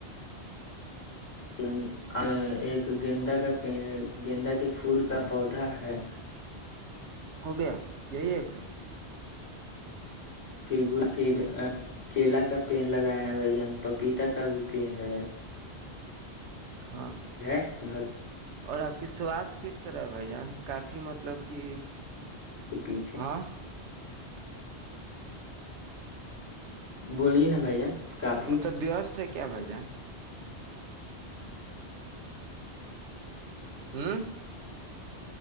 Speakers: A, on the left; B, on the right.
A: <unintelligible> پھول کا
B: ہاں
A: پودا ہے
B: ہو گیا یہی ایک ہے <unintelligible>
A: پھر گ پھر کیلا کا پیڑ لگایا ہیں بھ جان پپیتا کا بھی پیڑ ہے
B: ہاں
A: <unintelligible>
B: اور آپ کی سواستھ کس طرح ہے بھائی جان کافی مطلب کہ
A: پیچھے
B: ہاں <unintelligible>
A: بولیے نا بھائی جان کافی
B: مطلب بیست ہے <unintelligible> کیا بھائی جان ہوں <unintelligible>